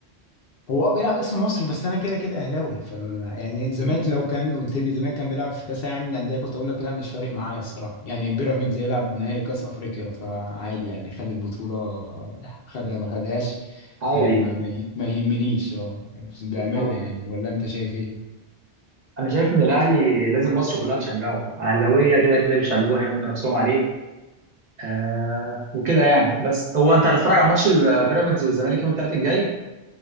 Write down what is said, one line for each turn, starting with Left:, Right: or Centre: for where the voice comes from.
Left: هو اه بيلعب اسم مصر بس انا كده كده اهلاوي ف يعني الزمالك لو كان قلت لي الزمالك كان بيلعب في كاس العالم للانديه كنت اقول لك لا مش فارق معايا الصراحه يعني بيراميدز هيلعب نهائي كاس افريقيا فعادي يعني خد البطوله خدها ما خدهاش
Right: عادي
Left: آه، ما ما يه- ما يهمنيش اه بامانه
Right: بالظبط
Left: يعني ولا انت شايف ايه
Right: انا شايف ان الاهلي لازم مصر كلها تشجعه اهلاويه كده كده بيشجعوه هيموتوا نفسهم عليه آه وكده يعني بس هو انت هتتفرج على ماتش البيراميدز والزمالك يوم الثلاث الجاي